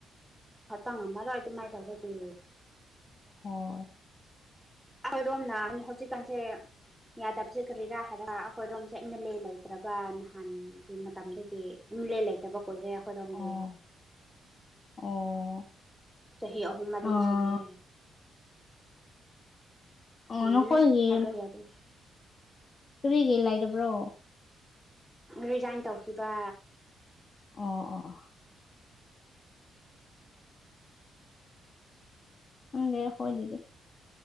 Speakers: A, in the centre; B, on the left (about 40°).
A: ꯈꯥꯇꯪ ꯉꯝꯃꯔꯣꯢ ꯑꯗꯨꯃꯥꯏ ꯇꯧꯔꯗꯤ
B: ꯍꯣꯏ
A: ꯑꯩꯈꯣꯏꯔꯣꯝꯅ ꯍꯧꯖꯤꯛꯀꯥꯟꯁꯦ ꯌꯥꯗꯕꯁꯦ ꯀꯔꯤꯔꯥ ꯍꯥꯏꯔ ꯑꯩꯈꯣꯏꯔꯣꯝꯁꯦ ꯑꯦꯝ ꯑꯦꯜ ꯑꯦ ꯂꯩꯇ꯭ꯔꯕ ꯅꯍꯥꯟꯒꯤ ꯃꯇꯝꯗꯒꯤ ꯑꯦꯝ ꯑꯦ ꯂꯦ ꯂꯩꯇꯕ ꯀꯣꯏꯔꯦ ꯑꯩꯈꯣꯏꯔꯣꯝꯗꯤ
B: ꯑꯣ ꯑꯣ
A: ꯆꯍꯤ ꯑꯍꯨꯝ ꯃꯔꯤ
B: ꯑꯥ
A: ꯁꯨꯔꯦ
B: ꯑꯣ
A: ꯎꯝ
B: ꯅꯈꯣꯏꯒꯤ
A: ꯍꯥꯏꯕ ꯌꯥꯗꯦ
B: ꯀꯔꯤꯒꯤ ꯂꯩꯇꯕ꯭ꯔꯣ
A: ꯔꯤꯖꯥꯏꯟ ꯇꯧꯈꯤꯕ
B: ꯑꯣ ꯑꯣ ꯈꯪꯗꯦ ꯑꯥꯈꯣꯏꯗꯗꯤ